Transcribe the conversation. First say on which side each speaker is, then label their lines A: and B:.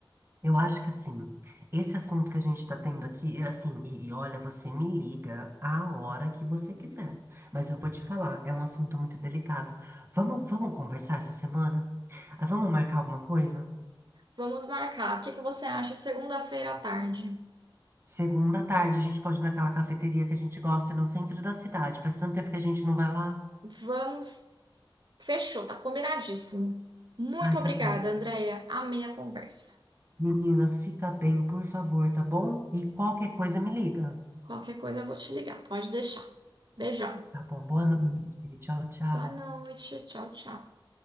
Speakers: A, on the right (about 30°); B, on the right (about 55°).
A: Eu acho que assim, esse assunto que a gente está tendo aqui é assim, e, e olha, você me liga a hora que você quiser. Mas eu vou te falar, é um assunto muito delicado. Vamos, vamos conversar essa semana? Ah, Vamos marcar alguma coisa?
B: Vamos marcar. O que que você acha segunda-feira à tarde?
A: Segunda à tarde, a gente pode ir naquela cafeteria que a gente gosta no centro da cidade. Faz tanto tempo que a gente não vai lá.
B: Vamos. Fechou, tá combinadíssimo. Muito
A: Ai,
B: obrigada,
A: tá bom.
B: Andréia. Amei a conversa.
A: Menina, fica bem, por favor, tá bom? E qualquer coisa me liga.
B: Qualquer coisa eu vou te ligar, pode deixar. Beijão.
A: Tá bom, boa noite. Tchau, tchau.
B: Boa noite. Tchau, tchau.